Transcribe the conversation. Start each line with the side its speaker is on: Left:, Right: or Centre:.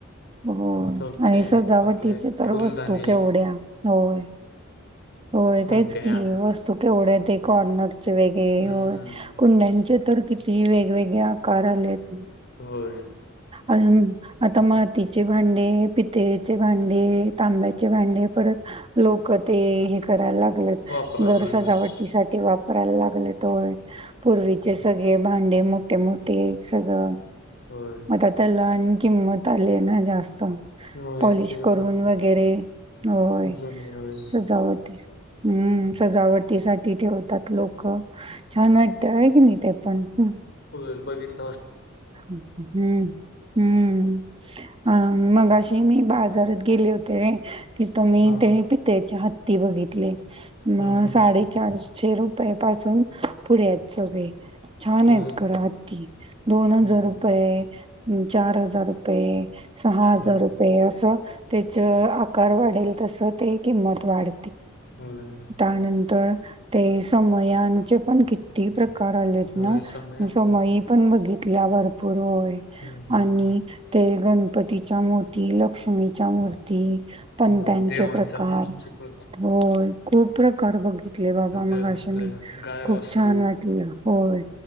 Right: होय
Left: ते
Right: आणि सजावटीचे
Left: आपले
Right: तर
Left: फुलदाणे,
Right: वस्तू केवढ्या होय.. होय
Left: कुंड्या
Right: तेच की वस्तू केवढ्यात आहेत एक. कॉर्नर. वेगे
Left: हम्म
Right: होय कुंड्यांच्या. तर किती वेगवेगळे आकार आले आहेत?
Left: होय.
Right: अ आता मातीचे भांडे, पितळेचे हांडे, तांब्याचे भांडे, परत लोक ते हे करायला लागत.
Left: वापरायला
Right: घर
Left: लागलेत.
Right: सजवटासाठी वापरायला लागलेत होय पुर्वी ते सगळे भांडे मोठे मोठे सगळं
Left: होय
Right: म ता तलान किंमत आली ना जास्त
Left: होय
Right: पॉलिश
Left: ते आता
Right: करून वगैरे होय
Left: जुने होय.
Right: सजावट हम्म सजावटी साठी ठेवतात लोक छान वाटते आहे की नाही ते पण हम्
Left: बघित
Right: हम्म हम्म अ मग अशी मी बाजारात गेले होते की तुम्ही
Left: हा
Right: ते
Left: हा
Right: पित्याचे हात ती बघितली मग
Left: हम्म हम्म
Right: साडेचार
Left: हम्म
Right: छे रुपये पासून पुढे आहेत सगळे छान
Left: होय.
Right: आहेत खरं हत्ती दोन हजार
Left: हा
Right: रुपये
Left: हा
Right: हम् चार हजार रुपये सहा हजार
Left: होय
Right: रुपये असं त्याच आकार वाढेल तसं ते किंमत वाढ
Left: होय
Right: त्यानंतर ते समयांचे पण किती प्रक करायलेत
Left: होय
Right: ना
Left: समय
Right: ती
Left: आता
Right: समई पण बघित तिला भरपूर होत
Left: हम्म हम्म
Right: आणि
Left: हम्म
Right: ते गणपत तिच्या मोती लक्ष्मी च्या मूर्ती पणत्यांचे
Left: होय देवांच्या
Right: चे प्रकार
Left: मूर्ती प्रत्येक
Right: होय खूप प्रकार बघितले बाबा
Left: त्या
Right: मग असे
Left: आपल्या
Right: मी
Left: गाय
Right: खूप
Left: वासरू
Right: छान वाटलं होय